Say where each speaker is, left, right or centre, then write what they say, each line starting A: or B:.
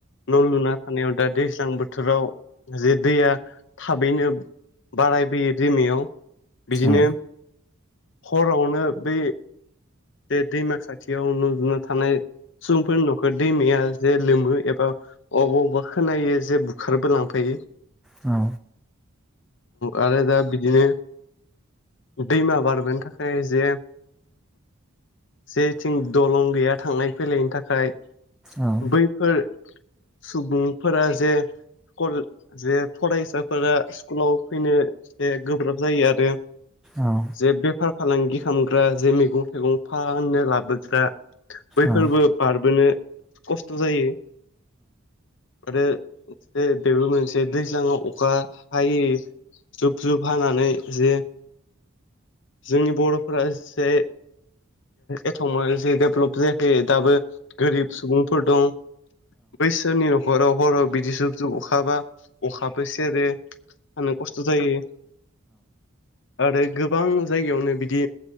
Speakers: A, on the left (about 55°); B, in the centre.
A: न' लुना थानायाव दा दैज्लां बोथोराव जे दैया थाबैनो बारायबोयो दैमायाव बिदिनो।
B: औ
A: हरावनो बै बे दैमा खाथियाव थानाय। सुबुंफोरनि न'खर दैमाया जे लोमो एबा अबा अबेबा खोनायो जे बुखारबो लांफायो।
B: औ।
A: आरो दा बिदिनो दैमा बारबोनो थाखाय जे जेथिं दलं गैया थांलाय फैलायनि थाखाय
B: औ
A: बैफोर सुबुंफोरा जे कल जे फरायसाफोरा स्कुलाव फैनो जे गोब्राब जायो आरो
B: औ।
A: जे बेफार फालांगि खालामग्रा जे मैगं थाइगं फाननो लाबोग्रा बैफोरबो
B: औ
A: बारबोनो खस्थ' जायो। आरो बेबो मोनसे दैज्लाङाव अखा हायै जुब जुब हानानै जे। जोंनि बर'फोरा एसे एथबां जों डेभलप जायाखै दाबो गोरिब सुबुंफोर दं बैसोरनि न'खराव हराव बिदि जुब जुब अखाबा अखाबो सेरो। थानो खस्थ' जायो। आरो गोबां जायगायावनो बिदि